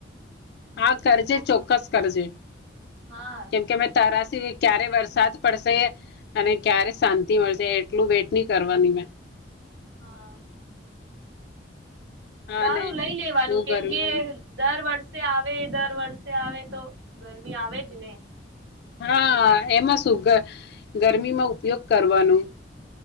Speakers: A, on the left; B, on the right.
A: હા કરજે ચોક્કસ કરજે
B: હા
A: કેમ
B: નક્કી
A: કે અમે તરાશે ક્યારે વરસાદ પડશે અને ક્યારે શાંત <unintelligible> એટલું વેટ ની કરવાની મેં
B: હા,
A: હા
B: સારું
A: ને
B: લઈ લેવાનું
A: બહુ
B: કેમ
A: ગરમી
B: કે દર વર્ષ આવે દર વર્ષે આવે તો ગરમી આવે જ ને
A: હા <unintelligible> ગરમીમાં ઉપયોગ કરવાનું